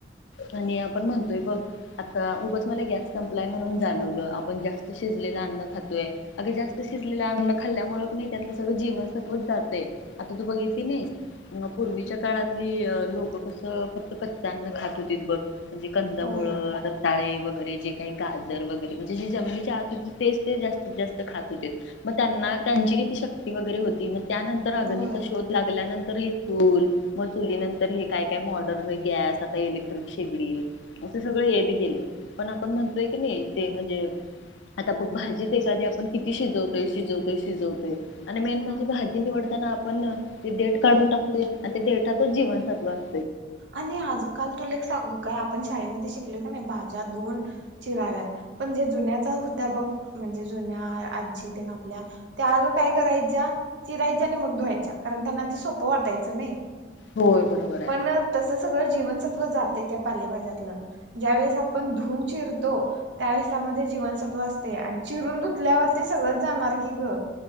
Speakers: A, on the left; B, on the right.
A: आणि आपण म्हणतोय बघ आता उगच मला गॅस संपलाय म्हणून जाणवलं आपण जास्त शिजलेलं अन्न खातोय अग जास्त शिजलेलं अन्न खाल्ल्यामु नाही त्यातलं सगळं जीवन सत्वत जातय आता तू बघितली नाहीस पूर्वीच्या काळातली लोक कसं फक्त कच्च अन्न खातो त बस म्हणजे कंद
B: होय
A: मुळ ाळे वगैरे जे काही गाजर वगैरे म्हणजे जे जमिनीची आत होती तेच ते जास्तीत जास्त खात होते मग त्यांना त्यांची किती शक्ती वगैरे होती त्यानंतर अग्नीचा
B: होय
A: शोध लागल्यानंतर फूल मग चुली नंतर हे काय काय मॉडर्न गॅस आता इले शेगडी असे सगळ येत गेले पण आपण म्हणतोय की नाही ते म्हणजे आता बघ भाजीच एखादी आपण किती शिजवतोय शिजवतोय शिजवतो आणि मेन
B: हम्म
A: म्हणजे भाजीव आपण देट काढून टाकतोय, आणि ते देटातच जीवन सत्व असतं
B: आणि आजकाल तुला सांगू काय आपण शाळेमध्ये शिकलो की नाही भाज्या धुून चिराव्यात पण ज्या जुन्याच होत्या बघ म्हणजे जुन्या आजी ते ना आपल्या त्या अगं काय करायच्या चिरायच्या आणि मग धुवायच्या कारण त्यांना ते सोपं वाटायचं नाही.
A: होय बरोबर आहे.
B: पण तसं सगळं जीवनसत्व जाते त्या पालेभाज्यातलं ज्या वेळेस आपण धुून चिरतो त्यावेेळेस त्यामध्ये जीवनसत्व असते आणि चिरून धुतल्यावर ते सगळंच जाणार की ग